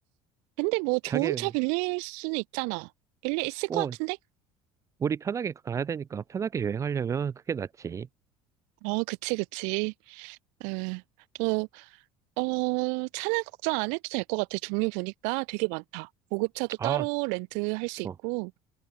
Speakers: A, on the right (about 90°); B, on the right (about 25°).
A: 근데 뭐 좋은
B: 자기,
A: 차 빌릴 수는 있잖아. 빌릴 있을
B: 어
A: 것 같은데?
B: 우리 편하게 가야 되니까 편하게 여행하려면 그게 낫지.
A: 어, 그치, 그치. 네. 또, 어, 차는 걱정 안 해도 될 것 같아. 종류 보니까 되게 많다. 고급차도
B: 아,
A: 따로 렌트할 수
B: 좋아.
A: 있고,